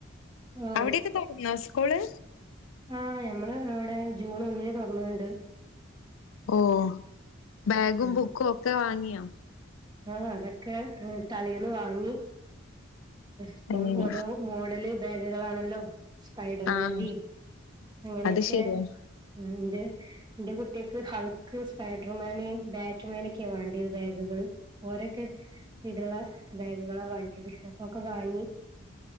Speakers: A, on the right; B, on the left.
A: ഓ
B: അവിടെയൊക്കെ തുറന്നോ സ്കൂള്
A: ആഹ് ഞമ്മള് അവടെ ജൂൺ ഒന്നിന് തൊർന്ന്ണ്ട്.
B: ഓഹ് ബാഗും
A: ഉം
B: ബുക്കും ഒക്കെ വാങ്ങിയോ?
A: ആഹ് അതൊക്കെ ആഹ് തലേന്ന് വാങ്ങി ഇപ്പം
B: ഏഹ്
A: ഓരോ മോഡല് ബാഗുകളാണല്ലോ സ്പൈഡർമാൻ്റിം
B: ആഹ്
A: അങ്ങനക്കെ.
B: അത് ശെരിയാ.
A: ആഹ് എന്റെ ഇന്റെ കുട്ട്യേക്ക് ഹൾ ക്ക് സ്പൈഡർമാന് ബാറ്റ്മാൻ ഒക്കെ വാണ്ടിയത് ബാഗ്കള്. ഓരക്കെ ഇത്ള്ള ബാഗുകളാ വാണ്ടിത് അപ്പൊക്കെ വാങ്ങി.